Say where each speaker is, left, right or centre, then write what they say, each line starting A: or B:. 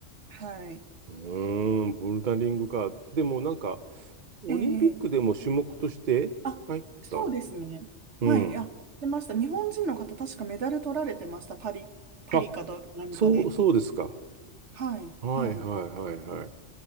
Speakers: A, on the right; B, on the right.
A: はい。
B: うーん、ボルダリングか。でもなんか、オリンピックでも種目として入った。
A: ええあ、そうですね。
B: うん。
A: はい。あ、やってました。日本人の方、確かメダル取られてました。パリ、パリかと何かで。
B: あ、そう、そうですか。
A: はい。
B: はいはいはいはい。
A: はい。